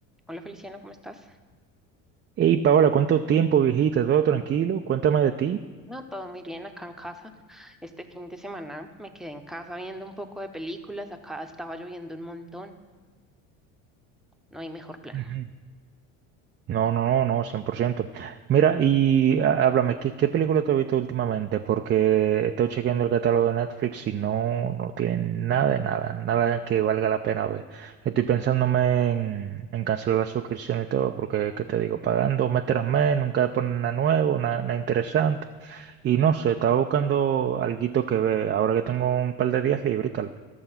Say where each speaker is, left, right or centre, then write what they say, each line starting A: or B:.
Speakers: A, in the centre; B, on the right.
A: Hola Feliciano, ¿cómo estás?
B: Hey, Paola, ¿cuánto tiempo, viejita? ¿Todo tranquilo? Cuéntame de ti.
A: No, todo muy bien acá en casa. Este fin de semana me quedé en casa viendo un poco de películas. Acá estaba lloviendo un montón. No hay mejor plan.
B: Ujú. No, no, no, no, 100%. Mira, y há- háblame, ¿qué, qué película te has visto últimamente? Porque estoy chequeando el catálogo de Netflix y no, no tienen nada de nada, nada que valga la pena ver. Estoy pensándome en, en cancelar la suscripción y todo, porque, ¿qué te digo? Pagando mes tras mes, nunca ponen nada nuevo, nada, nada interesante. Y no sé, estaba buscando alguito que ver, ahora que tengo un par de días libres y tal.